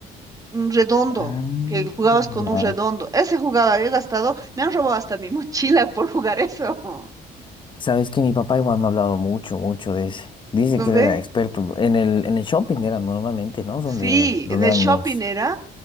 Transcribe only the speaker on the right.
un redondo,
que jugabas con
un redondo. Ese jugaba, he gastado, me han robado hasta mi <laughs> mochila por jugar eso, <laughs>
¿no
ve?
Sí,
en el
shopping
era.